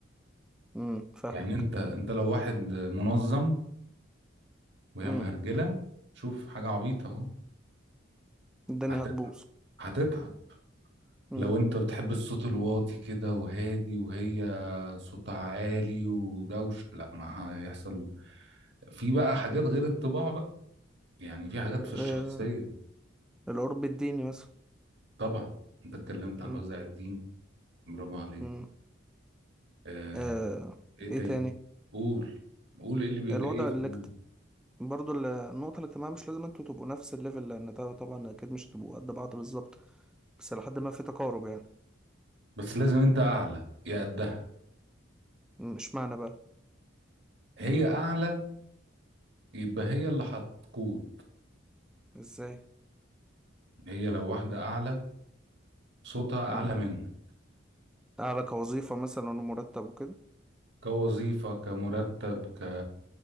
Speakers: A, in the centre; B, on the right.
A: امم فاهمك
B: يعني انت انت لو واحد منظم وهي
A: امم
B: مهرجله شوف حاجه عبيطه اهو
A: الدنيا
B: هتتعب
A: هتبوظ
B: هتتعب
A: امم
B: لو انت بتحب الصوت الواطي كده وهادي وهي صوتها عالي ودوش لا ما هيحصل في بقى حاجات غير الطباع بقى يعني في حاجات في الشخصيه
A: آه القرب الديني مثلا
B: طبعا انت اتكلمت عن
A: امم
B: وزع الدين برافو عليك
A: امم
B: آه
A: آه
B: ايه تاني
A: ايه تاني
B: قول قول ايه اللي
A: الوضع
B: جاي في دماغك
A: برضو ال- النقطة الاجتماعية مش لازم انتوا تبقوا نفس الليفل لأن طبعا طبعاً أكيد مش هتبقوا قد بعض بالظبط بس لحد ما في تقارب يعني
B: بس لازم انت اعلى يا قدها
A: مم، مش معنى بقى
B: هي اعلى يبقى هي اللي هتقود
A: ازاي
B: هي لو واحدة اعلى صوتها
A: مم.
B: اعلى منك
A: أعلى كوظيفة مثلا ومرتب وكده
B: كوظيفة كمرتب ك